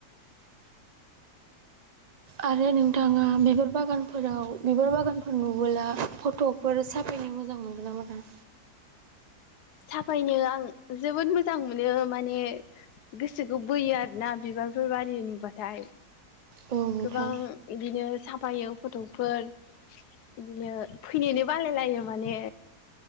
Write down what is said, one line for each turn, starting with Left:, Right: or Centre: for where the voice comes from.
Right: आरो नोंथांङा बिबार बागानफोराव बिबार बागानफोर नुबोला फट' फोर साफायनो मोजां मोनगोन ना मोना?
Left: साफायनो आं जोबोद मोजां मोनो माने गोसोखौ बोयो आरोना बिबारफोर बारि नुबाथाय
Right: औ नोंथां
Left: गोबां इदिनो साफायो फट'फोर इदिनो फैनो बालायलायो माने।